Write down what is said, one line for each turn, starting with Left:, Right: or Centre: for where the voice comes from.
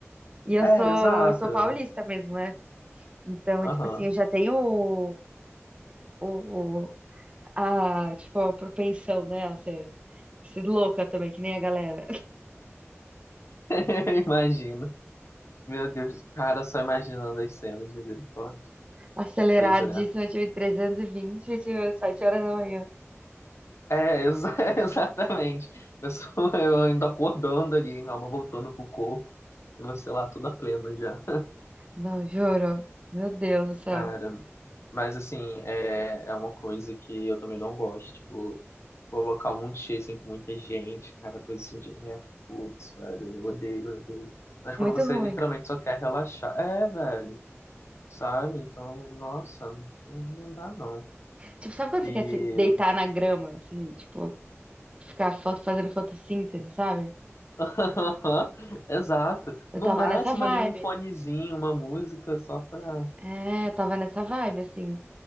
Right: E eu
Left: É,
Right: sou,
Left: exato.
Right: sou paulista mesmo, né? Então,
Left: Aham.
Right: tipo assim, eu já tenho o, o, a, tipo, a propensão, né, a ser, ser louca também, que nem a galera.
Left: <laughs> Imagina. Meu Deus, cara, só imaginando as cenas, misericórdia.
Right: <laughs> Aceleradíssima,
Left: Pois é.
Right: eu tive 320, eu tive 7 horas da manhã.
Left: É, exa- <laughs> exatamente. Eu, sou, eu ainda acordando ali, minha alma voltando pro corpo, e você lá toda plena já.
Right: Não, juro. Meu Deus do céu.
Left: Cara, mas assim, é, é uma coisa que eu também não gosto, tipo, colocar um monte de cheio, assim, com muita gente, cara, coisa assim direto. Putz, velho, eu odeio, eu odeio. Mas
Right: É
Left: quando
Right: muito
Left: você
Right: ruim.
Left: literalmente só quer relaxar, é, velho, sabe? Então, nossa, não, não dá não.
Right: Tipo, sabe quando
Left: E
Right: você quer se deitar na grama, assim, tipo, ficar foto, fazendo fotossíntese, sabe?
Left: <laughs> Exato.
Right: Eu
Left: No
Right: tava
Left: máximo
Right: nessa vibe.
Left: ali um fonezinho, uma música só pra.
Right: É, eu tava nessa vibe, assim.